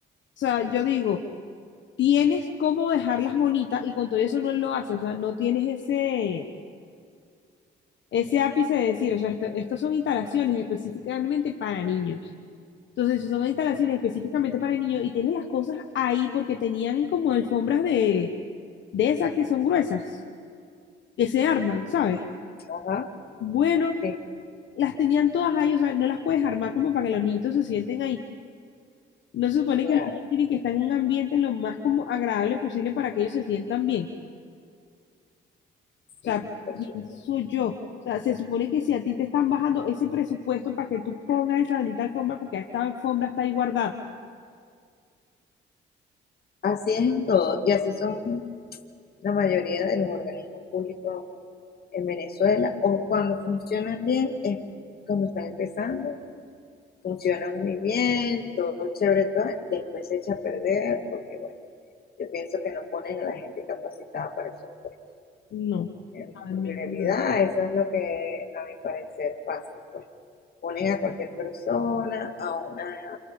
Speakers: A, on the left; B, on the left.
A: sea, yo digo, tienes cómo dejarlas bonitas y con todo eso no lo haces. O sea, no tienes ese, ese ápice de decir, o sea, esto- estas son instalaciones específicamente para niños. Entonces, si son instalaciones específicamente para niños y tienes las cosas ahí porque tenían como alfombras de, de esas que son gruesas, que se arman, ¿sabes?
B: Ajá,
A: Bueno,
B: sí,
A: las tenían todas ahí, o sea, no las puedes armar como para que los niñitos se sienten ahí. No se supone
B: claro,
A: que los niños tienen que estar en un ambiente lo más como agradable posible para que ellos se sientan bien. O
B: sí,
A: sea,
B: por
A: pienso
B: supuesto.
A: yo. O sea, se supone que si a ti te están bajando ese presupuesto para que tú pongas esa bendita alfombra, porque esta alfombra está ahí guardada.
B: Así es en todo y así son la mayoría de los organismos públicos en Venezuela o cuando funcionan bien es cuando están empezando funciona muy bien, todo chévere, todo, después se echa a perder porque, bueno, yo pienso que no ponen a la gente capacitada para esos puestos.
A: No.
B: En
A: Ay, mi
B: realidad,
A: vida.
B: eso es lo que a mi parecer pasa, pues ponen a cualquier persona, a una